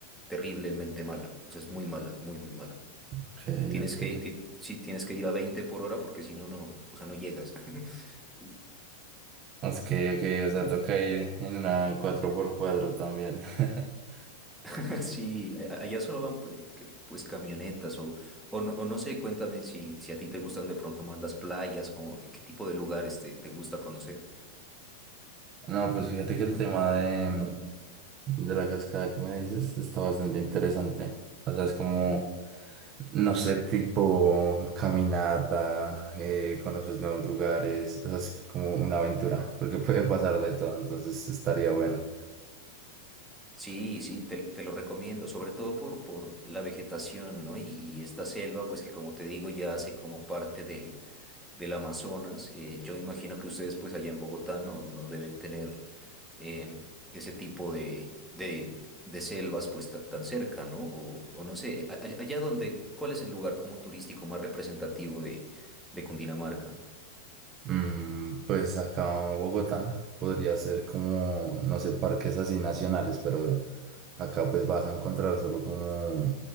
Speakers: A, in the centre; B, on the right.
A: terriblemente mala, o sea, es muy mala, muy, muy mala.
B: Ok,
A: Tienes
B: ok.
A: que, ti- sí, tienes que ir a 20 por hora porque si no, no, o sea, no llegas. <laughs> Sí.
B: Ok, ok, o sea, toca ir en una cuatro por cuatro también. <laughs>
A: <laughs> Sí, a- allá solo van pues, que- pues, camionetas o, o, no, o no sé, cuéntame si, si a ti te gustan de pronto más las playas, como qué tipo de lugares te, te gusta conocer.
B: No, pues fíjate que el tema de, de la cascada que me dices está bastante interesante. O sea, es como No sé, tipo caminata, eh, conoces nuevos lugares, o sea, es como una aventura, porque puede pasar de todo, entonces estaría bueno.
A: Sí, sí, te, te lo recomiendo, sobre todo por, por la vegetación, ¿no? Y, y esta selva, pues que como te digo, ya hace como parte del, del Amazonas. Eh, yo imagino que ustedes, pues allá en Bogotá, no, no deben tener em, ese tipo de, de, de selvas, pues ta- tan cerca, ¿no? O, o no sé, a- a- allá donde, ¿cuál es el lugar como turístico más representativo de, de Cundinamarca?
B: Mm, pues acá en Bogotá podría ser como, no sé, parques así nacionales, pero acá pues vas a encontrar solo como